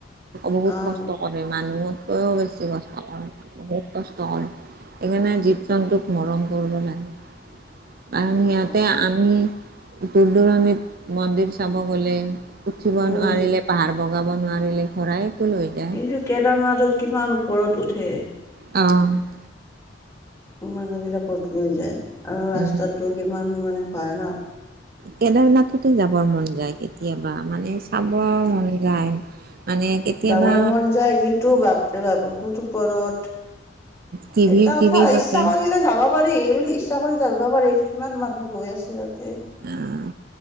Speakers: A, on the right; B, on the left.
A: বহুত
B: অ'
A: কষ্ট কৰে মানুহতকও বেছিছ কষ্ট কৰে। কষ্টকৰে সেইকাৰণে জীৱ জন্তুক মৰম কৰিব লাগে। কাৰণ
B: লাগে
A: সিহঁতে
B: অ'
A: আমি দূৰ দূৰণিত মন্দিৰ চাব গ'লে উঠিব
B: উম
A: নোৱাৰিলে পাহাৰ বগাব নোৱাৰিলে ঘোঁৰাই টো লৈ যায়।
B: এইযো কেদাৰনাথত কিমান ওপৰত উঠে।
A: অ'।
B: মানুহ বিলাকত লৈ যায় আৰু ৰাস্তাতটো
A: উম
B: কিমান মানে ভয় ন।
A: কেদাৰনাথতে যাবৰ মন যায় কেতিয়াবা মানে। চাব মন যায় মানে কেতিয়াবা
B: যাব মন যায় কিন্তু বাপ বহুত ওপৰত।
A: টিভি
B: এটা কথা
A: টিভি পাতে
B: ইচ্ছা কৰিলে যাব পাৰি পাৰিল ইচ্ছা কৰি যাব পাৰিল কিমান মানুহ গৈ আছে তাতে।
A: আহ